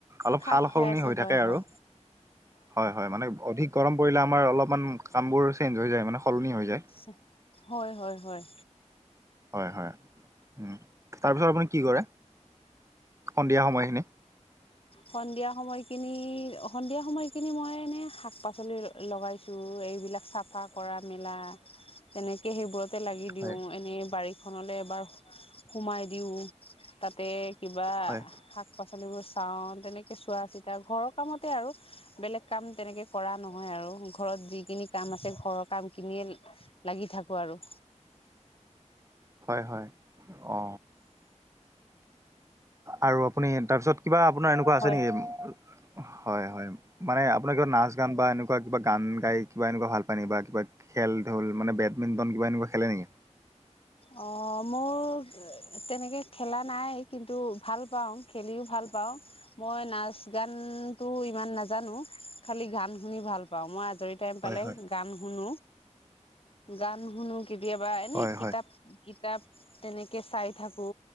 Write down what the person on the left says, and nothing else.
খাপ
খাই আছে
হয়
হয়।
সে হয় হয় হয়।
সন্ধিয়া সময়খিনি, সন্ধিয়া সময়খিনি মই এনে শাক -পাচলি ল লগাইছো এইবিলাক চাফা কৰা মেলা, তেনেকে সেইবোৰত তাতে লাগি দিওঁ
এনেই বাৰীখনলৈ এবাৰ সোমাই দিওঁ, তাতে কিবা
শাক -পাচলিবোৰ চাও, তেনেকে চোৱা চিত এতিয়া ঘৰৰ কামতে আৰু বেলেগ কাম তেনেকে কৰা নহয় আৰু ঘৰত যিখিনি কাম আছে ঘৰ কাম কিনিয়ে লাগি থাকো আৰু।
হয়
অ মোৰ তেনেকে খেলা নাই কিন্তু ভাল পাওঁ, খেলিও ভাল ভাল পাওঁ মই নাচ গানতো ইমান নাজানো খালি গান শুনি ভাল পাওঁ। মই ৰি টাইম
পালে
গান শুনো। গান শুনো কেতিয়াবা এনে
কিতাপ
কিতাপ তেনেকে চাই থাকো